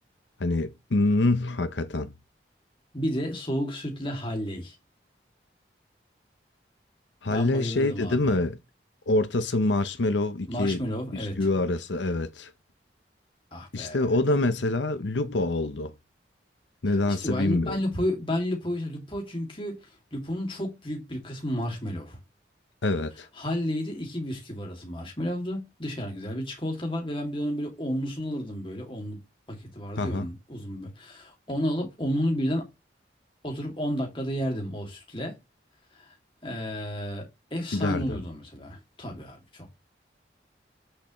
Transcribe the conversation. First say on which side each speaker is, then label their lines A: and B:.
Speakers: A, on the left; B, on the left.
A: hani mm, hakikaten.
B: Bir de soğuk sütle halley.
A: Halle
B: Ben bayılırdım
A: şeydi
B: abi.
A: değil mi? Ortası marshmallow iki
B: Marshmallow,
A: bisküvi
B: evet.
A: arası evet.
B: Ah
A: İşte
B: be.
A: o da mesela lupo oldu. Nedense
B: İşte ben,
A: bilmiyorum.
B: ben Lupo'yu, ben Lupo'yu, sev- Lupo çünkü Lupo'nun çok büyük bir kısmı marshmallow.
A: Evet.
B: Halley'de iki bisküvi arası marshmallow'du. Dışarı güzel bir çikolata var ve ben bir de onun böyle onlusunu alırdım böyle. Onlu paketi vardı
A: Haha
B: ya onun uzun böyle. Onu alıp onunu birden Oturup 10 dakikada yerdim o sütle. Ee, efsane
A: giderdi.
B: oluyordu mesela. Tabii abi çok.